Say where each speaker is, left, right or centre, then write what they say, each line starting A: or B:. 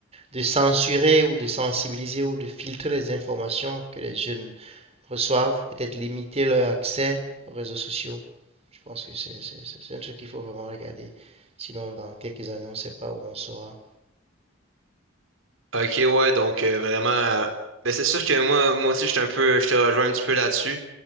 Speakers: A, on the right; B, on the right.
A: de censurer ou de sensibiliser ou de filtrer les informations que les jeunes reçoivent, peut-être limiter leur accès aux réseaux sociaux. Je pense que c'est c'est- c'est- c'est un truc qu'il faut vraiment regarder. Sinon, dans quelques années, on ne sait pas où on sera.
B: Ok, ouais, donc euh, vraiment. euh, ben c'est sûr que moi, moi aussi, je suis un peu, je te rejoins un petit peu là-dessus.